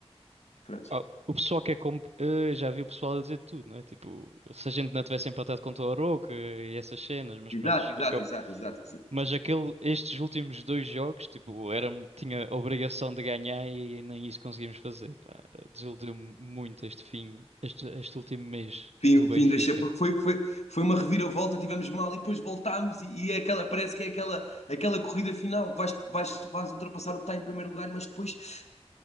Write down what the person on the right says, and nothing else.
Ah, o pessoal que é como. eh, já vi o pessoal a dizer tudo, não é? Tipo, se a gente não tivesse empatado contra o Aroca e essas cenas, mas
pronto.
Eu,
mas aquele, estes últimos dois jogos, tipo, era, tinha a obrigação de ganhar e nem isso conseguimos fazer, pá. Desiludiu-me muito este fim, este, este último mês
do
Benfica.